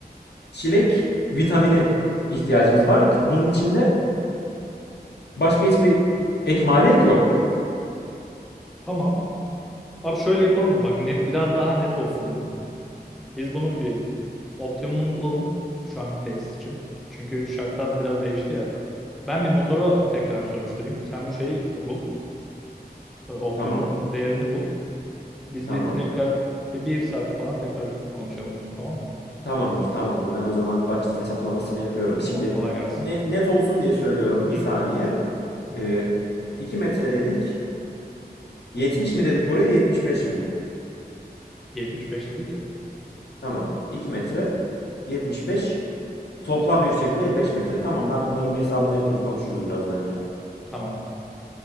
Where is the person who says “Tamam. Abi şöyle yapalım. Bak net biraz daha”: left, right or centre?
Centre